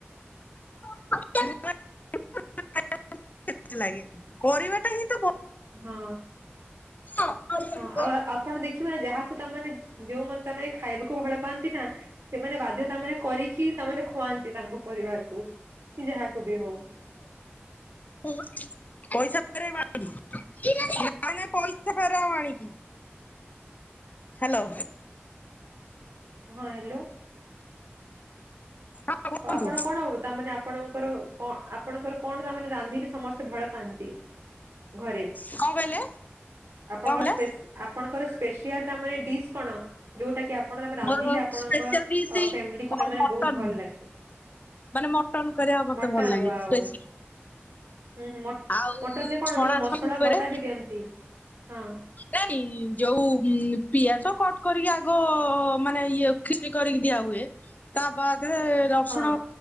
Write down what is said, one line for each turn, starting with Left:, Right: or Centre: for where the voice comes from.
Left: <unintelligible> କରିବାଟା ହିଁ ତ ଭ
Right: ହଁ
Left: ସାଙ୍ଗରେ
Right: ହଁ
Left: ପଇସା
Right: ଆଉ ଆପଣ ଦେଖିବେ ନା ଯାହାକୁ ତାମାନେ ଯୋଉ ମାନେ ତାମାନେ ଖାଇବାକୁ ଭଲ ପାଆନ୍ତି ନା ସେମାନେ ବାଧ୍ୟତାମାନେ କରିକି ତାମାନେ ଖୁଆନ୍ତି ତାଙ୍କ ପରିବାର କି ଯାହାକୁ ବି ହଉ।
Left: ହ <inaudible> ପଇସା ଫେରେଇବ ଆଣିକି ପଇସା ଫେରାଅ ଆଣିକି ହ୍ୟାଲୋ।
Right: ହଁ ହ୍ୟାଲୋ।
Left: ହଁ କୁହନ୍ତୁ
Right: ଆପଣ କଣ ହବ ତାମାନେ ଆପଣଙ୍କର କ ଆପଣଙ୍କର କଣ ତାମାନେ ରାନ୍ଧିଲେ ସମସ୍ତ ଭଲ ପାଆନ୍ତି ଘରେ
Left: କଣ କହିଲେ କଣ
Right: ଆପଣଙ୍କ
Left: କହିଲେ?
Right: ସ୍ପେସି ଆପଣଙ୍କର ସ୍ପେସିଆଲ ତାମାନେ ଡିସ୍ କଣ? ଯୋଉଟା କିି ଆପଣ ତମେ ରାନ୍ଧିଲେ
Left: ମୋର
Right: ଆପଣଙ୍କ
Left: ସ୍ପେଶାଲ ଡିସ୍
Right: ଅ ଫ୍ୟାମିଲି କୁ
Left: ଆଉ ମଟନ
Right: ବହୁତ ଭଲ ଲାଗେ?
Left: ମାନେ ମଟନ କରିବା ମତେ
Right: ମଟନ
Left: ଭଲ ଲାଗେ
Right: ୱାଓ
Left: ସ୍ପେସି
Right: ହୁଁ ହୁଁ
Left: ଆଉ
Right: ମଟନ ରେ କଣ
Left: ଛଣା
Right: ଯୋଉ ମସଲା
Left: ଛନି ଉପରେ।
Right: ବଟା ବି ଦିଅନ୍ତି ହଁ
Left: ତାନି ଯୋଉ ପିଆଜ କଟ କରିକି ଆଗ ମାନେ ଇଏ ଖୀଚୀ କରିକି ଦିଆ ହୁଏ। ତା ବାଦେ ରସୁଣ
Right: ହଁ